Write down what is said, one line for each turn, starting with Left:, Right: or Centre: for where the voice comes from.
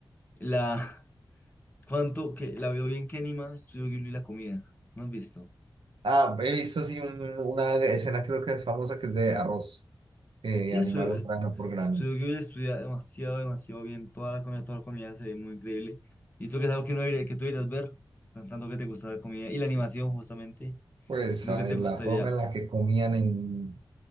Left: La, ¿cuánto que la veo bien que anima Estudio Ghibli la comida? ¿No has visto?
Right: ah, he visto sí un- una escena creo que es famosa que es de arroz, que
Left: Sí,
Right: animaron
Left: Estudio, es-
Right: grano por grano.
Left: Estudio Ghibli estudia demasiado, demasiado bien. Toda la comida, toda la comida se ve muy increíble. Y tú que es algo que no debería- que tú deberías ver, tan- tanto que te gusta la comida y la animación justamente,
Right: Pues
Left: lo
Right: a
Left: que te
Right: ver,
Left: gustaría.
Right: la forma en la que comían en,